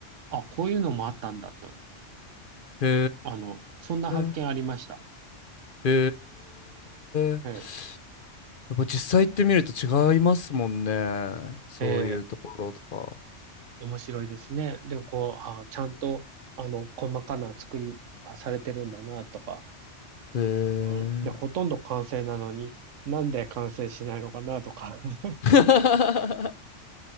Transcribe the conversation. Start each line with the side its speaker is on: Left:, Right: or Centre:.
Right: あ、こういうのもあったんだと、
Left: へ
Right: あの、そんな発見ありました。
Left: え。へえ。
Right: ええ、
Left: やっぱ実際行ってみると違いますもんね。そういうところとか。
Right: ええ、面白いですね。で、こう、あ、ちゃんと、あの、細かな作りはされてるんだなとか、
Left: へえ。
Right: うん。で、ほとんど完成なのに、なんで完成しないのかなとか。<laughs>
Left: <laughs>